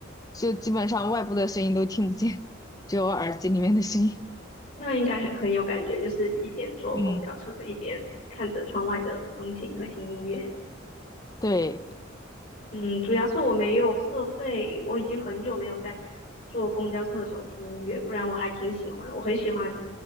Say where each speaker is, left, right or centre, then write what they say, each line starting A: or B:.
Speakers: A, on the left; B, on the left.
A: 就基本上外部的声音都听不见，只有我耳机里面的声音。
B: 那应该很很有感觉，就是一边坐公交车一边看着窗外的风景和听音乐。
A: 嗯，对，
B: 嗯，主要是我没有设备，我已经很久没有在坐公交车的时候听音乐，不然我还挺喜欢，我很喜欢，